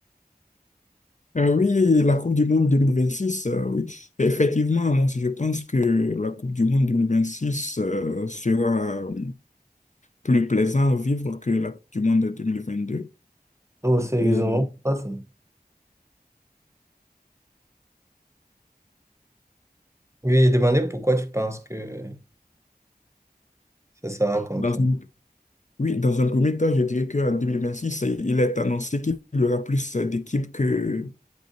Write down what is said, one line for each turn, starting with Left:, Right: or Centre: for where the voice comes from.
Left: ah oui, la Coupe du Monde 2026, euh, oui. Effectivement, moi, je pense que la Coupe du Monde 2026 euh, sera euh, plus plaisant à vivre que la Coupe du Monde de 2022.
Right: Oh, sérieusement?
Left: Et
Right: pas ça. Oui, j'ai demandé pourquoi tu penses que ça sera comme
Left: dans
Right: ça.
Left: une- oui, dans un premier temps, je dirais qu'en six il est annoncé qu'il y aura plus euh, d'équipes que